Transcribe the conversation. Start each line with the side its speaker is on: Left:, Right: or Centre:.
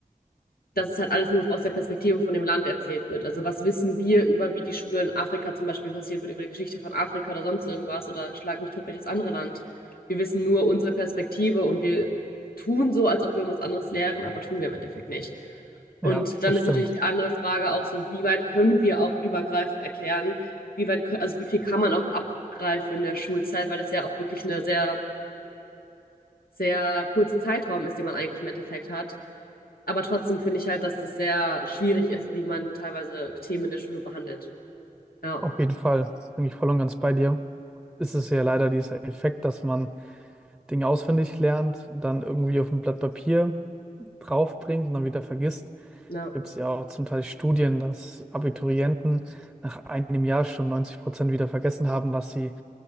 Left: dass es halt alles nur aus der Perspektive von dem Land erzählt wird. Also was wissen wir über, wie die Schule in Afrika zum Beispiel passiert wird, über die Geschichte von Afrika oder sonst irgendwas oder schlag mich tot, welches andere Land. Wir wissen nur unsere Perspektive und wir tun so, als ob wir was anderes lehren, aber tun wir im Endeffekt nicht. Und
Centre: Ja,
Left: dann
Centre: das
Left: ist
Centre: stimmt.
Left: natürlich die andere Frage auch so, wie weit können wir auch übergreifend erklären, wie weit, also wie viel kann man auch abgreifen in der Schulzeit, weil das ja auch wirklich eine sehr sehr kurze Zeitraum ist, den man eigentlich im Endeffekt hat. Aber trotzdem finde ich halt, dass es sehr schwierig ist, wie man teilweise Themen in der Schule behandelt. Ja,
Centre: Auf jeden Fall bin ich voll und ganz bei dir. Ist es ja leider dieser Effekt, dass man Dinge auswendig lernt, dann irgendwie auf ein Blatt Papier draufbringt und dann wieder vergisst.
Left: ja.
Centre: gibt es ja auch zum Teil Studien, dass Abiturienten nach einem Jahr schon 90 Prozent wieder vergessen haben, was sie